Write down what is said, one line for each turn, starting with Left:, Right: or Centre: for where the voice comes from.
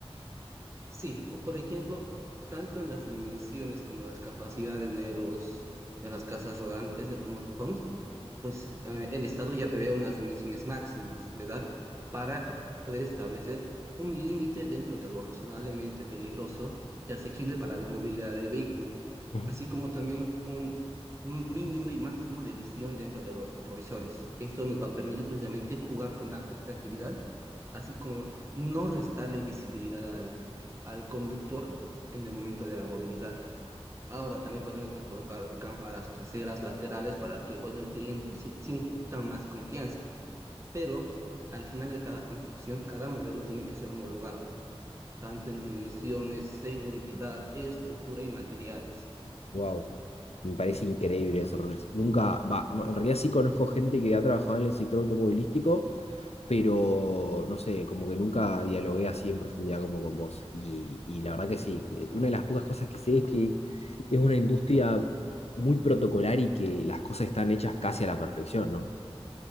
Right: Sí, po- por ejemplo, tanto en las dimensiones como las capacidades de los de las casas rodantes, de los motorhomes, pues eh, el Estado ya prevé unas dimensiones máximas, ¿verdad? Para poder establecer un límite dentro de lo razonablemente peligroso y asequible para la movilidad del vehículo
Left: Ujú.
Right: así como también un mínimo y máximo de visión dentro de los retrovisores. Esto nos va a permitir precisamente jugar con la creatividad, así como no restarle visibilidad al, al conductor en el momento de la movilidad. Ahora también podemos colocar cámaras traseras, laterales, para que, bueno, el cliente si- sienta más confianza. Pero al final de cada construcción, cada modelo tiene que ser homologado, tanto en dimensiones, seguridad, estructura y materiales.
Left: Wow, me parece increíble eso. Nunca, va, no, en realidad sí conozco gente que ha trabajado en el sector automovilístico pero no sé, como que nunca dialogué así en profundidad como con vos. Y, y la verdad que sí, que una de las pocas cosas que sé es que es una industria muy protocolar y que las cosas están hechas casi a la perfección, ¿no?